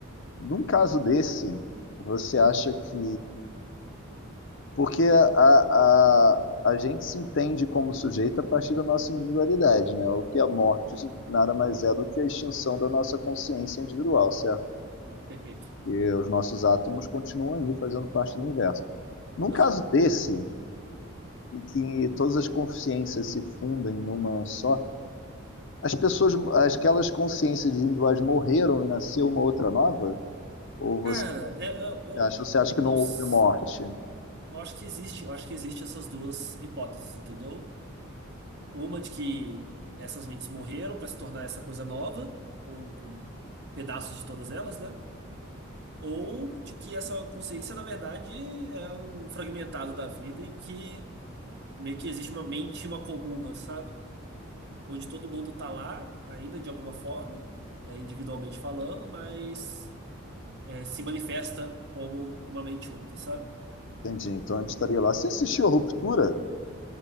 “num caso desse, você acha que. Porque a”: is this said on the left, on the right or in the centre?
Left